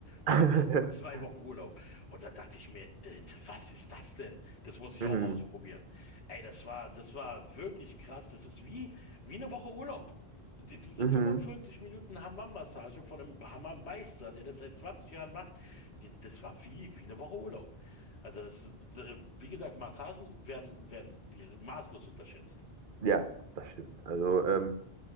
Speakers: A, on the left; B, on the right.
A: Oder
B: <laughs>
A: z- zwei Wochen Urlaub. Und dann dachte ich mir, Alter, was ist das denn? Das muss ich
B: Mhm.
A: auch ausprobieren. Ey, das war, das war wirklich krass. Das ist wie, wie eine Woche Urlaub. D- Diese
B: Mhm.
A: 45 Minuten Hammam-Massage von einem Hammam-Meister, der das seit 20 Jahren macht, das, das war wie, wie eine Woche Urlaub. Also das, d- wie gesagt, Massagen werden, werden die maßlos unterschätzt.
B: Ja, das stimmt. Also, ähm,